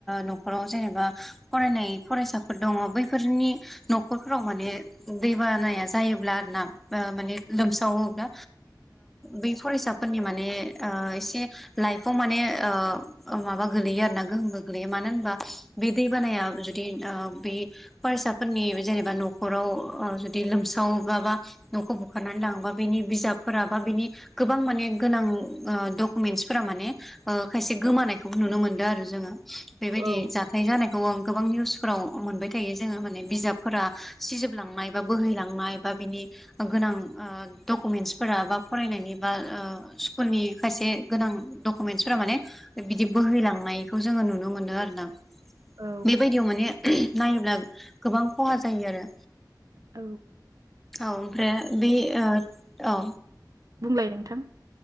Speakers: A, in the centre; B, on the right.
A: न'खराव जेनेबा फरायनाय फरायसाफोर दङ बैफोरनि न'खरफोराव माने। दैबानाया जायोब्ला आरो ना ओ माने लोमसावोब्ला बै फरायसाफोरनि माने ओ एसे लाइफाव माने ओ ओ माबा गोलैयो आरो ना गोहोम गोलैयो मानो होनबा बे दैबानाया जुदि ओ बे फरायसाफोरनि जेनेबा न'खराव ओ जुदि लोमसावोबा बा न'खौ बुखारनानै लाङोबा बेनि बिजाबफोरा बा बिनि गोबां माने गोनां ओ डकुमेन्टस फोरा माने ओ खायसे गोमानायखौबो नुनो मोनदो आरो जोङो बेबायदि
B: औ
A: जाथाय जानायखौ आों गोबां निउसफोराव मोनबाय थायो जोङो माने बिजाबफोरा सिजोबलांनाय बा बोहैलांनाय बा बिदि गोनां ओ डकुमेन्टसफोरा बा फरायनायनि बा ओ स्कुलनि खायसे गोनां डक कुमेन्टसफोरा माने बिदि बोहैलांनायखौ जोङो नुनो मोनो आरो ना
B: औ
A: बेबायदियाव माने नायोब्ला गोबां खहा जायो आरो
B: औ
A: औ ओमफ्राय बे ओ औ
B: बुंलाय नोंथां